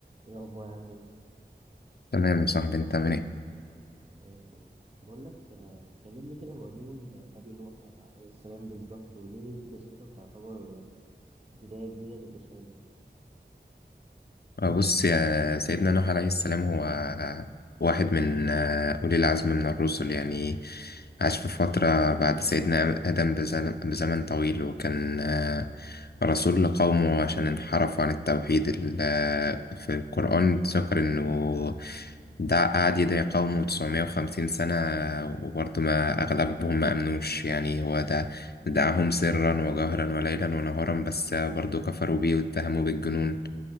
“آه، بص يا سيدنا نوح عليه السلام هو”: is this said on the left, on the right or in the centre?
Left